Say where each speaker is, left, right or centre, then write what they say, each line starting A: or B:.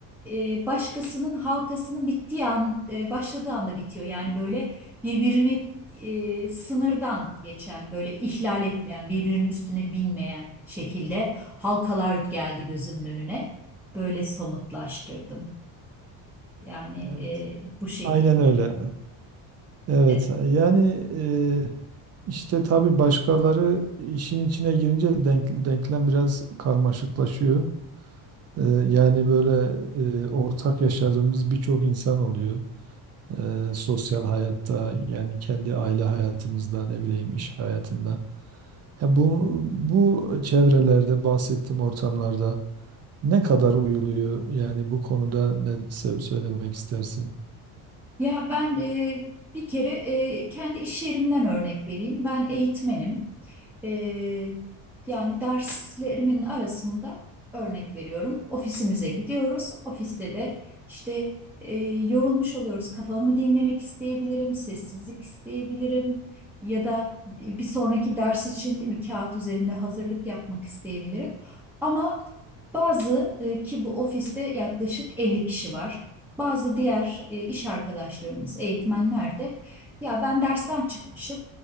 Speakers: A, in the centre; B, on the right.
A: e, başkasının halkasının bittiği an, e, başladığı anda bitiyor. Yani böyle birbirini e, sınırdan geçen, böyle ihlal etmeyen, birbirinin üstüne binmeyen şekilde halkalar geldi gözümün önüne. Böyle somutlaştırdım. Yani
B: Evet.
A: e, bu şekilde.
B: aynen öyle. Evet.
A: E,
B: Yani eee, işte tabii başkaları işin içine girince denk- denklem biraz karmaşıklaşıyor. Eee, yani böyle eee, ortak yaşadığımız birçok insan oluyor. Eee, sosyal hayatta yani kendi aile hayatımızda ne bileyim iş hayatında. Ya bu bu çevrelerde bahsettiğim ortamlarda ne kadar uyuluyor yani bu konuda ne se- söylemek istersin?
A: Ya ben e, bir kere e, kendi iş yerimden örnek vereyim. Ben eğitmenim. Ee, yani derslerimin arasında örnek veriyorum. Ofisimize gidiyoruz. Ofiste de işte e, yorulmuş oluyoruz. Kafamı dinlemek isteyebilirim, sessizlik isteyebilirim. Ya da bir sonraki ders için değil mi, kağıt üzerinde hazırlık yapmak isteyebilirim. Ama bazı e, ki bu ofiste yaklaşık 50 kişi var. Bazı diğer e, iş arkadaşlarımız, eğitmenler de ya ben dersten çıkmışım